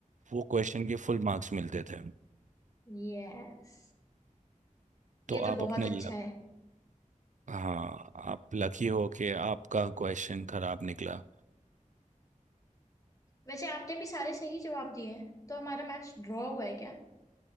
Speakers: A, on the right; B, on the left.
A: वो क्वेश्चन के फुल मार्क्स मिलते थे
B: यस ये
A: तो
B: तो
A: आप
B: बहुत
A: अपने
B: अच्छा
A: लक
B: है
A: हाँ आप लकी हो कि आपका क्वेश्चन खराब निकला
B: वैसे आपने भी सारे सही जवाब दिए हैं तो हमारा मैच ड्रॉ हुआ है क्या